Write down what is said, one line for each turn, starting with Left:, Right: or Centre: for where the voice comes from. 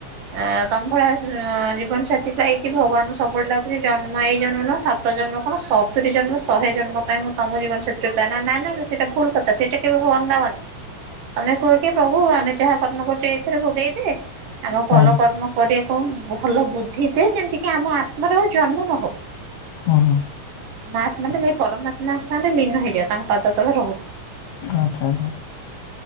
Right: ଆ ତମ ଭଳିଆ ଆ ଜୀବନ ସାଥି ପାଇଛି ଭଗବାନଙ୍କୁ ସବୁବେଳେ ଡାକୁଛି ଜନ୍ମ ଏଇ ଜନ୍ମ ନୁହଁ ସାତ ଜନ୍ମ କଣ ସତୁରୀ ଜନ୍ମ, ଶହେ ଜନ୍ମ ପାଇଁ ମୁଁ ତମ ଜୀବନସାଥି। <unintelligible> ନା ନା ସେଟା ଭୁଲ କଥା ସେଇଟା କେବେ ଭଗବାନଙ୍କୁ ମାଗନି। ତମେ କୁହ କି ପ୍ରଭୁ ଆମେ ଯାହା କର୍ମ କରୁଛେ ଏଇଥିରେ ଭୋଗେଇଦେ ଆମ
Left: ହଁ
Right: ଭଲ କର୍ମ ପରେ କମ ଭଲ ବୁଦ୍ଧି ଦେ ଯେମିତିକି ଆମ ଆତ୍ମାର ଆଉ ଜନ୍ମ ନହଉ।
Left: ହଁ ହଁ।
Right: ମୋ ଆତ୍ମାଟା ଯାଇ ପରମାତ୍ମାଙ୍କ ସାଙ୍ଗରେ ଲୀନ ହେଇଯାଉ ତାଙ୍କ ପାଦ ତଳେ ରହୁ।
Left: ଆଛା ହଉ।